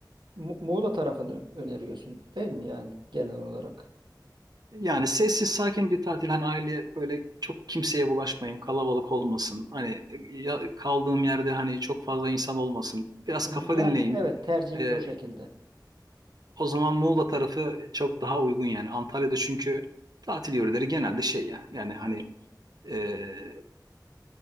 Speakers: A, on the right; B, on the right.
A: Mu- Muğla tarafını öneriyorsun değil mi yani genel olarak?
B: Yani sessiz sakin bir tatil hani aile böyle çok kimseye bulaşmayayım kalabalık olmasın hani e, ya, kaldığım yerde hani çok fazla insan olmasın biraz
A: Hı
B: kafa
A: hı. Yani
B: dinleyeyim
A: evet tercihimiz
B: Ee,
A: o şekilde.
B: o zaman Muğla tarafı çok daha uygun yani Antalya'da çünkü tatil yöreleri genelde şey ya yani hani e,